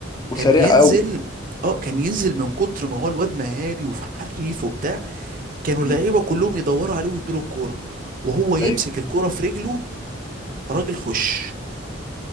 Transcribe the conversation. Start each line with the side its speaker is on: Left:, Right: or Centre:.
Left: وسريع
Right: كان ينزل
Left: قوي
Right: اه كان ينزل من كتر ما هو الواد مهاري وحريف وبتاع كانوا اللعيبه
Left: امم
Right: كلهم يدوروا عليه ويدوا له الكوره وهو يمسك
Left: أيوه
Right: الكوره في رجله راجل خش